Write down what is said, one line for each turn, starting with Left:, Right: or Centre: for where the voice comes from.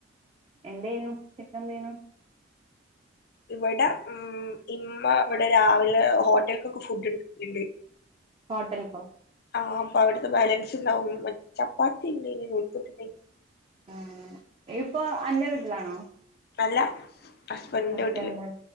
Right: എന്തേനു ഉച്ചക്കെന്തേനു?
Left: ഇവിടെ ഉം ഇമ്മ ഇവടെ രാവിലെ ഹോട്ടലി ക്കൊക്കെ ഫുഡ് <unintelligible>
Right: ഹോട്ടൽക്കോ
Left: ആഹ് അപ്പവിടുത്തെ ബാലൻസിണ്ടാവും ചപ്പാത്തി ഇണ്ടെങ്കി <unintelligible>
Right: ആഹ് ഇപ്പോ അൻ്റെ വീട്ടിലാണോ?
Left: അല്ല ഹസ്ബന്റിൻ്റെ
Right: ഹസ്ബൻഡിന്റെ
Left: വീട്ടില്.